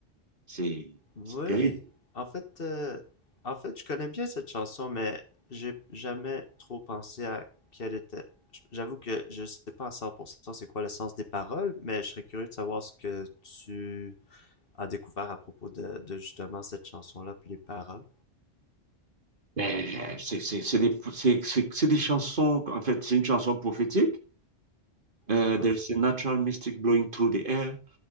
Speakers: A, on the right; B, on the left.
A: C'est,
B: Ouais.
A: c'est terrible.
B: En fait, euh, en fait, je connais bien cette chanson, mais j'ai jamais trop pensé à quelle était. J'avoue que je sais pas à 100% c'est quoi le sens des paroles, mais je serais curieux de savoir ce que tu a découvert à propos de, de justement cette chanson-là, puis les paroles.
A: Mais, euh, C'est c'est- c'est des, c'est c'est- c'est des chansons, en fait, c'est une chanson prophétique. Uh,
B: Mhm.
A: there is a natural mystic blowing through the air.